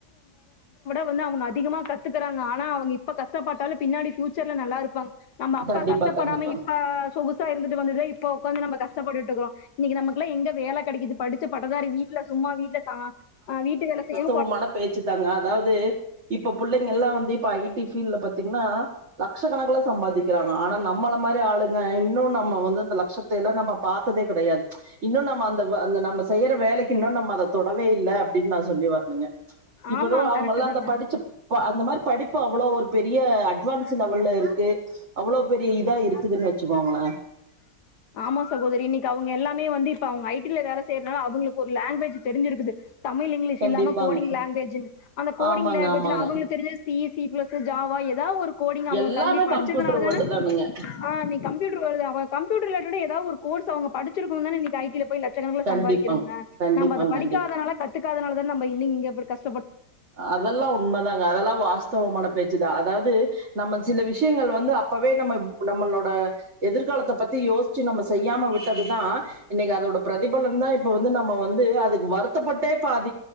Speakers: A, on the left; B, on the right.
A: ப்ப வந்து அவங்க அதிகமா கத்துக்கிறாங்க ஆனா அவங்க இப்ப கஷ்ட கஷ்டப்பட்டாலு பின்னாடி பியூச்சர்ல நல்லா இருப்பாங்க நம்ம அப்பா
B: கண்டிப்பா
A: கஷ்டப்படாம
B: கண்டிப்பாங்க
A: இப்ப ட்டு வந்து இப்ப உக்காந்து நம்ம கஷ்டப்பட்டுட்டுக்கோ இன்னைக்கு நமக்கு எங்க வேல கடைக்குது படிச்ச பட்டதாரி வீட்ல சும்மா வீட்ல வீட்டு வேல செய்ய
B: வாஸ்த்துவமான பேச்சு தாங்க அதாவது இப்ப பிள்ளைங்க எல்லா வந்து இப்ப இப்ப ஐ டி ஃபீல்டல பாத்தீங்கன்னா லட்ச கணக்ல சம்பாதிக்கிறாங்கல ஆனா நம்மள மாரி ஆளுங்க இன்னு நம்ம வந்து அந்த லட்சத்த நம்ம பார்த்ததே கடையாது இன்னு நம்ம அந்த அ நம்ம செய்யற வேலைக்கு இன்னு நம்ம அத தொடவே இல்ல அப்டின்னு நா சொல்லி வரணுங்க இப்ப
A: ஆமா
B: அவங்க
A: கரெக்ட்
B: எல்லா அத
A: தாங்க
B: படிச்சு அந்த மாரி படிப்பு அவ்ளோ ஒரு பெரிய அட்வான்ஸ் லெவல்ல இருக்கு அவ்ளோ பெரிய இதா இருக்குதுன்னு வச்சுக்கோங்கள
A: <inaudible> ஆமா சகோதரி இன்னைக்கு அவங்க எல்லாமே வந்து இப்ப அவங்க ஐடிில வேல செய்யறனால அவங்களுக்கு ஒரு லாங்குவேஜ் தெரிஞ்சிருக்குது தமிழ் இங்கிலீஷ்
B: கண்டிப்பாங்க
A: இல்லாம கோடிங் லாங்குவேஜ் அந்த கோடிங்
B: ஆமாங்க
A: லாங்குவேஜ்ல
B: ஆமாங்க
A: அவங்களுக்கு தெரிஞ்ச சி சி பிளஸ் ஜாவா எ கோடிங் அவங்க
B: எல்லாமே
A: கல்வி படிச்சதுனால
B: கம்ப்யூட்டர் வேர்டு
A: தானே
B: தானுங்க
A: ஆ நீ கம்யூட்டர் வருது அவங்க ல ரிலேட்டடா ஏதாவது ஒரு கோர்ஸ் அவங்க படிச்சிருக்கங்க இன்னைக்கி ஐடி ல போயி லட் ச கணக்ல
B: கண்டிப்பாங்
A: சம்பாக்கிறாங்க
B: கண்டிப்பாங்
A: நம்ம அத படிக்காதனால
B: கண்டிப்
A: கத்துக்காதனால தா நம்ம இன்னு இங்க கஸ்
B: அதெல்லா உண்மதாங்க அதெல்லா வாஸ்துவமான பேச் சு அதாவது நம்ம சில விஷயங்கள் வந்து அப்பவே நம்ம நம்மளோட எதிர்காலத்த பத்தி யோசி சி நம்ம செய்யாம விட்டதுதா இன்னைக்கு அதோட பிரதிபலன் தா இப்ப வந்து நம்ம வந்து அதுக்கு வருத்தப்பட்டே பாத்